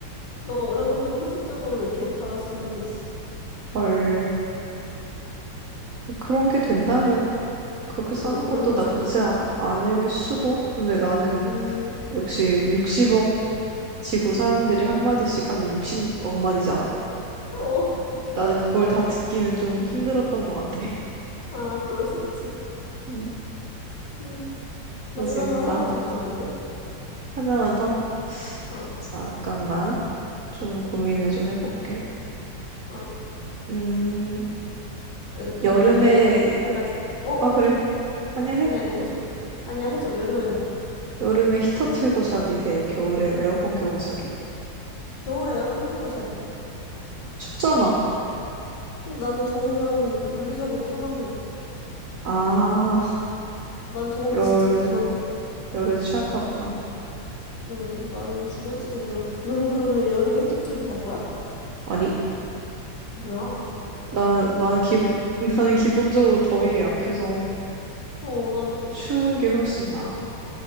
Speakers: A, on the left; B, on the right.
A: 너가 원하는 것만 선택적으로 이렇게 받아 쓰는 거지.
B: 헐. 그런 게 된다면 그렇게 사는
A: 응, 그럼
B: 것도
A: 괜찮아?
B: 나쁘지 아- 않을 수도? 근데 나는
A: 음.
B: 역시 60억 지구 사람들이 한마디씩 하면 60억 마디잖아?
A: 어,
B: 나는 그걸 다 듣기는 좀 힘들었던 것 같아. <laughs>
A: 아, 그럴 수 있지.
B: 음,
A: 음, 마지막으로
B: 이거 재밌다.
A: 하나만 더 내주면 안 돼?
B: 하나만 더?
A: 어,
B: 잠깐만. 좀 고민을 좀 해볼게.
A: 어.
B: 음,
A: 아,
B: 여름에,
A: 아니, 나 내가 낼게, 한 가지. 어, 어,
B: 아, 그래?
A: 오케이.
B: 아니야, 해.
A: 아니야, 아니야, 해줘. 아니야, 해줘. 여름에 뭐.
B: 여름에 히터 틀고 자기 대 겨울에 에어컨 켜고 자기.
A: 겨울에 에어컨 켜고 자기.
B: 춥잖아.
A: 근데 나는 더우면 물리적으로 사망해.
B: 아,
A: 난 더우면
B: 열,
A: 진짜 기절해.
B: 열에 취약하구나.
A: 응, 나는 죽을지도 몰라. 너는 그러면 여름에 히터 틀고 잘 거야?
B: 아니,
A: 뭐야?
B: 나, 나는 기, <laughs> 나는 기본적으로 더위에 약해서
A: 어, 나도.
B: 추운 게 훨씬 나아.